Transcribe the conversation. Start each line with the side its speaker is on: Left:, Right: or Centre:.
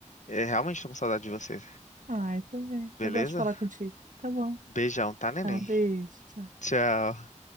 Left: é, realmente tô com saudade de você.
Right: Ah, eu também.
Left: Beleza?
Right: Eu gosto de falar contigo. Tá bom.
Left: Beijão, tá, neném?
Right: Tá, beijo. tchau.
Left: Tchau.